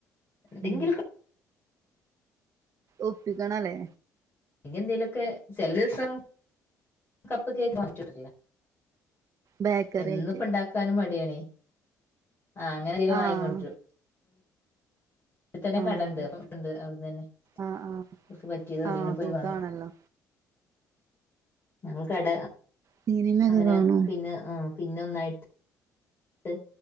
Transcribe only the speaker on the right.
ഉം ഒപ്പിക്കണല്ലേ
ബേക്കറി
ആയിട്ട്
ആഹ്
ആഹ്
ആഹ് ആഹ്
ആഹ്
സുഖാണല്ലോ
സിനിമയൊക്കെ
കാണോ